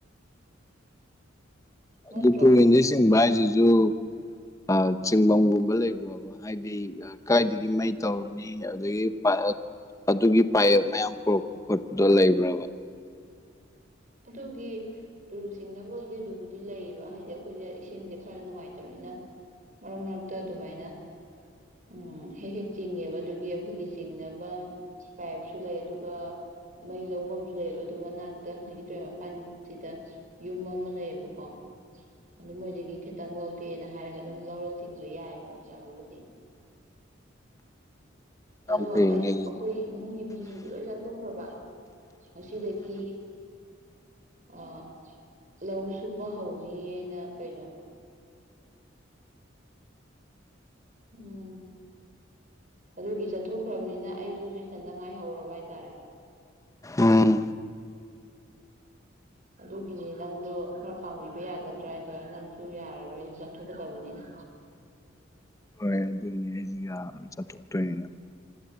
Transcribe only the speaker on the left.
ꯑꯗꯨ ꯇꯨꯔꯦꯟꯗꯩ ꯆꯤꯡꯕ ꯍꯥꯏꯖꯤꯖꯨ ꯗꯨ ꯑꯥ ꯆꯤꯡꯕꯝꯒꯨꯝꯕ ꯂꯩꯕ꯭ꯔꯣꯕ ꯍꯥꯏꯗꯤ ꯀꯥꯏꯗꯒꯤ ꯃꯩ ꯇꯧꯔꯨꯅꯤ ꯑꯗꯒꯤ ꯑꯗꯨꯒꯤ ꯄꯥꯏꯌꯦꯞ ꯃꯌꯥꯝ ꯄꯨꯔꯛꯄ ꯈꯣꯠꯄꯗꯣ ꯂꯩꯕ꯭ꯔꯕ
ꯌꯥꯝ
ꯐꯩꯅꯦ
ꯑꯗꯨꯗꯤ
ꯎꯝ
ꯍꯣꯏ ꯑꯗꯨꯅꯤ ꯑꯩꯁꯨ ꯌꯥꯔꯔꯣꯏ ꯆꯠꯊꯣꯛꯇꯣꯏꯅꯤꯅ